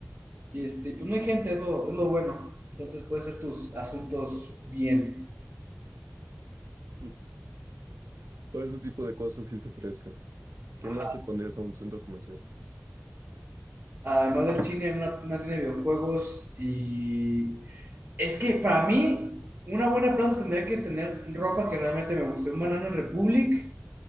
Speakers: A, on the right; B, on the right.
A: y este, pues no hay gente, es lo, es lo bueno. Entonces puedes hacer tus asuntos bien.
B: Mm, Para ese tipo de cosas sí se presta. ¿Qué
A: Ajá.
B: más le pondrías a un centro comercial?
A: Además del cine, una, una tienda de videojuegos y... Es que para mí, una buena plaza tendría que tener ropa que realmente me guste. Un Banana Republic.